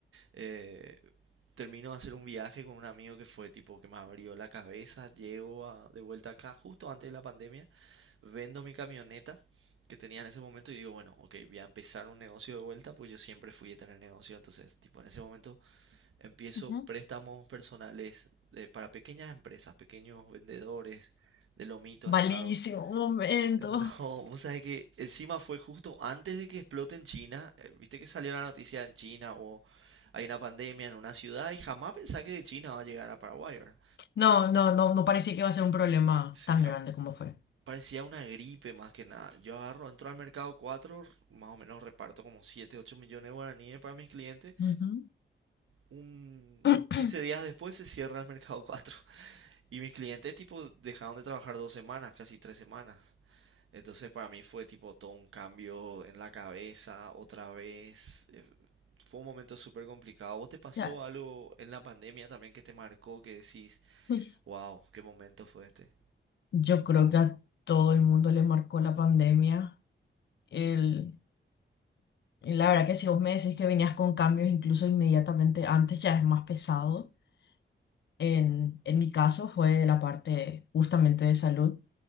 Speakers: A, on the right; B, on the left.
A: eh, termino de hacer un viaje con un amigo que fue tipo que me abrió la cabeza. Llego a- de vuelta acá justo antes de la pandemia vendo mi camioneta que tenía en ese momento y digo, bueno, ok, voy a empezar un negocio de vuelta, pues yo siempre fui de tener negocio, entonces, tipo, en ese momento empiezo
B: ujú.
A: préstamos personales eh, para pequeñas empresas, pequeños vendedores de lomito asado.
B: Malísimo,
A: <laughs>
B: un momento.
A: No, vos sabés que encima fue justo antes de que explote en China, eh, viste que salió la noticia en China o hay una pandemia en una ciudad y jamás pensé que de China va a llegar a Paraguay, ¿verdad?
B: No, no, no, no parecía que iba a ser un problema
A: Sí,
B: tan
A: a-
B: grande como fue.
A: Parecía una gripe más que nada. Yo agarro, entro al mercado 4, más o menos reparto como 7, 8 millones de guaraníes para mis clientes.
B: Ujú.
A: Un-
B: <clears throat>
A: unos 15 días después se cierra el mercado cuatro <laughs> Y mis clientes tipo dejaron de trabajar dos semanas, casi tres semanas. Entonces para mí fue tipo todo un cambio en la cabeza, otra vez. eh, Fue un momento súper complicado. ¿Vos te pasó
B: Ya,
A: algo en la pandemia también que te marcó que decís,
B: sí.
A: wow, qué momento fue este?
B: Yo creo que a todo el mundo le marcó la pandemia. El, y la verdad que si vos me decís que venías con cambios incluso inmediatamente antes, ya es más pesado. En, en mi caso fue la parte justamente de salud.